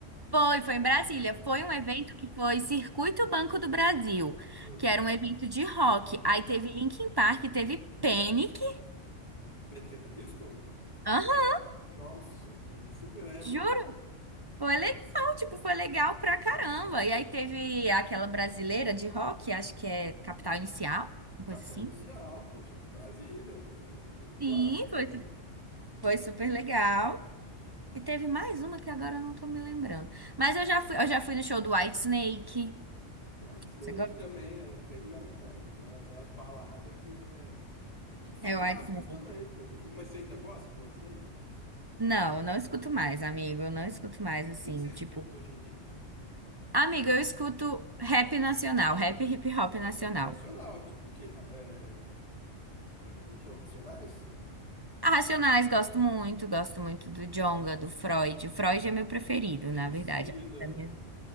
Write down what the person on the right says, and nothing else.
Foi, foi em Brasília.
Foi um evento
que foi Circuito Banco do Brasil,
que era um evento de rock. Aí teve Linkin Park, teve Panic.
Aham,
juro. Foi legal, tipo, foi legal pra caramba. E aí teve aquela brasileira de rock, acho que é Capital Inicial, uma
coisa assim.
Sim,
foi, su- foi super legal. E teve mais uma que agora eu não tô me lembrando. Mas eu já fui, eu já fui no show do Whitesnake.
Você gosta?
É
o Whitesnake.
Não, eu não escuto mais, amigo. Eu não escuto mais, assim,
tipo.
Amigo, eu escuto rap nacional, rap e hip hop nacional.
A Racionais gosto muito, gosto muito do Djonga, do Freud. O Freud é meu preferido,
na verdade. Da minha-